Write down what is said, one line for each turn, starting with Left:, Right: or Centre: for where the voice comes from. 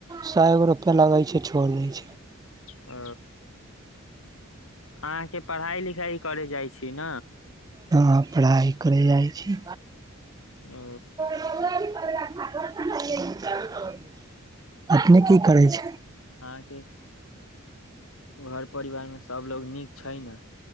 Right: सए गो रुपैआ लगै छै। छोड़ि दै छै।
Left: ओ अहाँके पढ़ाई लिखाई करे जाइ छीन
Right: हँ हँ पढ़ाइ करै जाइ छी।
Left: ओ।
Right: <unintelligible> अपने की करै छी
Left: आहाँ के घर परिवार मे सबलोग नीक छै न